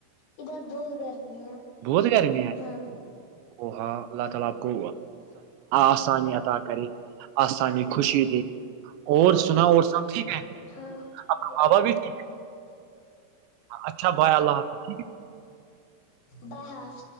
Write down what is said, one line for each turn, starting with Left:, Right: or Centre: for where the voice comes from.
Left: ادھر بہت گرمی ہے
Right: بہت گرمی ہے
Left: ہاں
Right: او ہاں اللہ تعالی اپ کو آسانی عطا کرے آسانی خوشی دے اور
Left: ہاں
Right: سنا اور سب ٹھیک ہے بابا
Left: ہاں
Right: بھی ٹھیک ہے اچھا بھائی اللہ حافظ ٹھیک ہے
Left: بائے ہاف